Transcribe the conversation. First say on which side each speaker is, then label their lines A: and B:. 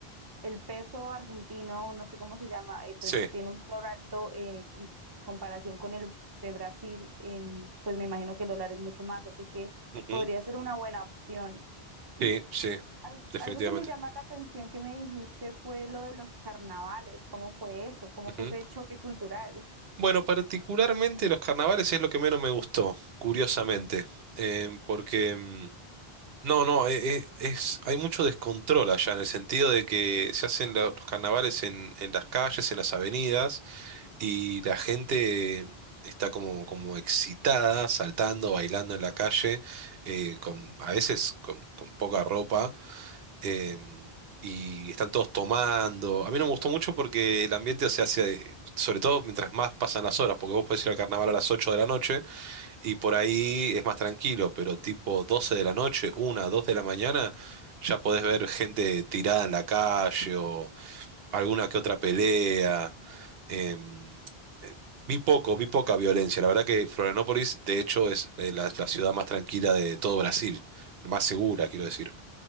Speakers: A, on the right (about 25°); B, on the right (about 70°).
A: el peso argentino, no sé cómo se llama, eh,
B: sí.
A: pues tiene un valor alto eh, en comparación con el de Brasil, em, pues me imagino que el dólar es mucho más, así que
B: Ujú.
A: podría ser una buena opción.
B: Sí,
A: Y
B: sí,
A: al-
B: definitivamente.
A: algo que me llama la atención que me dijiste fue lo de los carnavales, ¿cómo fue eso? ¿Cómo
B: Ujú.
A: fue ese choque cultural?
B: Bueno, particularmente los carnavales es lo que menos me gustó, curiosamente, eh, porque mm, no, no, eh, eh, es, hay mucho descontrol allá en el sentido de que se hacen la- los carnavales en, en las calles, en las avenidas y la gente está como, como excitada, saltando, bailando en la calle, eh, con, a veces con, con poca ropa em, y están todos tomando. A mí no me gustó mucho porque el ambiente se hace, sobre todo mientras más pasan las horas, porque vos podés ir al carnaval a las 8 de la noche y por ahí es más tranquilo, pero tipo 12 de la noche, una 2 de la mañana, ya podés ver gente tirada en la calle o alguna que otra pelea. em, eh, Vi poco, vi poca violencia. La verdad que Florianópolis, de hecho, es eh, la, la ciudad más tranquila de todo Brasil, más segura, quiero decir.